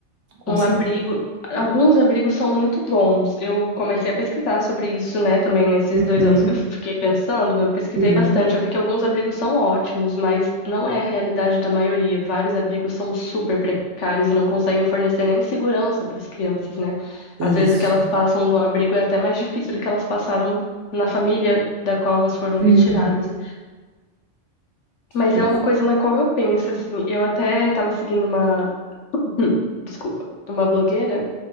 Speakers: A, on the right; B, on the left.
A: com
B: Um
A: certeza.
B: abrigo, alguns abrigos são muito bons. Eu comecei a pesquisar sobre isso, né? Também nesses
A: Uhum,
B: dois anos que eu fiquei pensando, eu pesquisei
A: uhum,
B: bastante. Eu vi que alguns abrigos são ótimos, mas não é a realidade da maioria. Vários abrigos são super precários e não conseguem fornecer nem segurança para as crianças, né?
A: isso.
B: Às vezes o que elas passam no abrigo é até mais difícil do que elas passaram na família da qual elas foram retiradas.
A: Uhum.
B: Mas
A: Pois
B: é uma coisa na qual eu penso, assim. Eu até tava seguindo uma. <clears throat> Hum, Desculpa. Uma blogueira